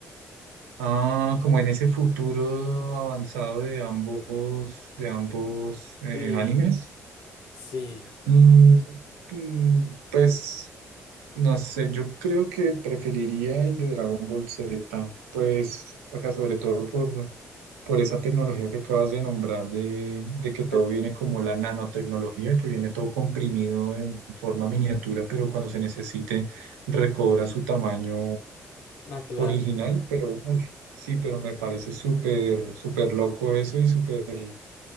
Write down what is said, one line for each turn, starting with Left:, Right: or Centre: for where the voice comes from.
Right: Ah, como en ese futuro avanzado de ambos, de ambos eh,
Left: Sí,
Right: animes.
Left: sí,
Right: Mm, mm, pues no sé, yo creo que preferiría el de Dragon Ball Z, pues, o sea, sobre todo por, por esa tecnología que acabas de nombrar, de, de que todo
Left: pero
Right: viene como la nanotecnología, que viene todo comprimido en forma miniatura, pero cuando se necesite recobra su tamaño
Left: natural.
Right: original, pero uf, sí, pero me parece súper, súper loco eso y súper